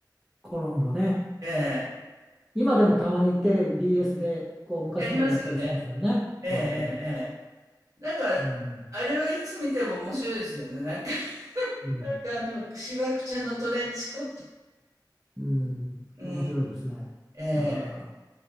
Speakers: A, in the centre; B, on the right (about 50°).
A: コロンボね。
B: ええ、
A: 今でもたまにテレビ、BS でこう昔のやったりしますよね、
B: やりますよね。ええええええ。
A: コロンボ。
B: なんか、
A: ええ
B: あれはいつ見ても面白いですよね。なんかなんかあの、
A: うん、
B: しわくちゃんのトレンチコート。
A: うん、
B: うん、
A: 面白いですね、
B: ええ。
A: なかなか。